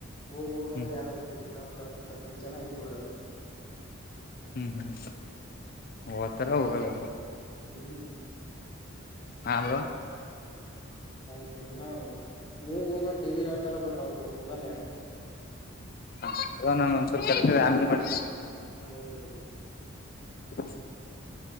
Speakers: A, on the left (about 25°); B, on the left (about 45°).
A: ಹೋಗ್ ಹೋಗ
B: ಹ್ಮ್
A: ಅಂದ್ರೆ ಯಾರು ಹೋಗ್ತಿಲ್ಲಾ ಒಂದ ಹತ್ತ ಹದ್ನೈದ ಜನ ಇಲ್ಲಿ ಉಳದಾರ.
B: ಹ್ಮ್, ಹ್ಮ್ ಹೊತರ ಹೋಗಲ್ಲ
A: ಹ್ಮ್,
B: ಹ <inaudible>
A: ಹೌ <unintelligible> ನಾವು ಹೋಗ ಹೋಗ ಡೈಲಿ ಹೇಳ್ತಾರ ಬಟ್ ಅವ್ರು ಹೋಗಲ್ಲ ಆಗ್ತಾರೆ.
B: ಹ ನಂಗ ಒಂದ್ಸೂರು ಕರ್ತ ಆಮೇಲೆ ಮಾಡ <unintelligible>
A: ಹಾ, ಓಕೆ ಓಕೆ
B: <unintelligible>